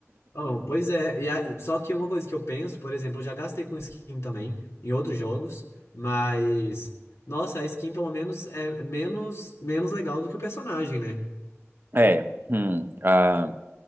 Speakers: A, on the left; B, on the right.
A: Oh, pois é, e a- só que uma coisa que eu penso, por exemplo, eu já gastei com skin também em outros jogos, mas nossa, a skin pelo menos é menos menos legal do que o personagem, né?
B: É, hum, a, a,